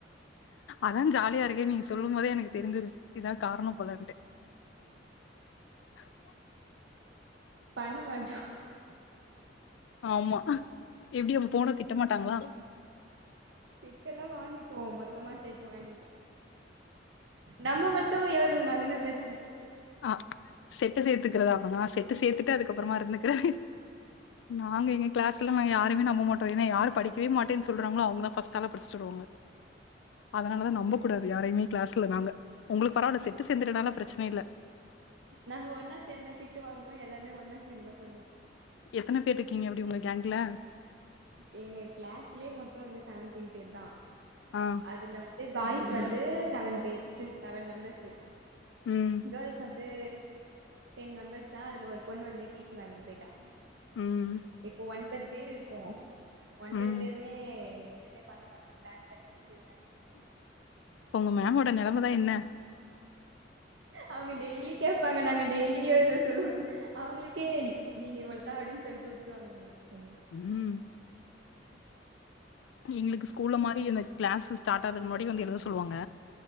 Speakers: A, on the left; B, on the right.
A: அதா ஜாலியா இருக்கே நீங்க சொல்லும் போதே எனக்கு தெரிஞ்சிருச்சு இதா காரணோ போலன்ட்டு ஹ
B: பண்ண மாட்டோ
A: ஆமா எப்டி அப்ப போன திட்ட மாட்டாங்களா
B: திட்டெல்லா வாங்கிப்போ மொத்தமா சேத்து வாங்கிப்போ நம்ம மட்டூ எழுதுலனா தான பிரச்
A: ஆ செட்டு சேர்த்துக்கிறதாமா செட்டு சேர்த்துட்டு அதுக்கப்புறமா இருந்துக்கிறே நாங் எங்கங் கிளாஸ்ல நாங் யாருமே நம்ப மாட்டோ ஏன்னா யார் படிக்கவே மாட்டேன் சொல்றாங்களோ அவுங்க தா ஃபஸ்ட் ஆளா படிச்ட்டு வருவாங்க அதனால தா நம்ப கூடாது யாரையுமே கிளாஸ்ல நாங்க உங்களுக்கு பரவாயில்ல செட்டு சேந்ததுனால பிரச்சன இல்ல
B: நாங்க ஒன்னா சேந்தா திட்டு வாங்குவோ எல்லாமே ஒன்னா சேந்து தா பண்ணுவோ
A: எத்தன பேர் இருக்கீங்க அப்டி உங்க கேங்க்ல
B: எங்க கிளாஸ்லயே மொத்தொ வந்து செவன்டீன் பேர் தா
A: ஆ
B: அதுல வந்து இதே பாய்ஸ் வந்து செவன் பேர் சீ செவன் மெம்பர்ஸ்ஹு
A: ம்
B: கோர்ள்ஸ் வந் இது டென் மெம்பர்ஸ் தான் அதுல ஒரு பொண்ணு வந்து டி சி வாங்கிட்டு போயிட்டா
A: ம்
B: இப்போ ஒன்பது பேர் இருக்கோ ஒன்பது
A: ம்
B: பேருமே எதுவுமே பண்ண மாட்டோ பிளான் பண்ணி எதூமே
A: உங்க மேமோட நெலம தா என்ன
B: அவுங்க டெய்லி கேப் ப்பாங்க நாங்க டெய்லியோ இததா சொல்லோ அவுங்களுக்கே நீங்க இவ்ளோ தா அப்டின் சொல்ட்டு வுட்ருவாங்க ஓ
A: ம் எங்களுக்கு ஸ்கூல்ல மாரி இல்ல கிளாஸ் ஸ்டார்ட் ஆகறதுக்கு முன்னாடி வந்து எழுத சொல்லுவாங்க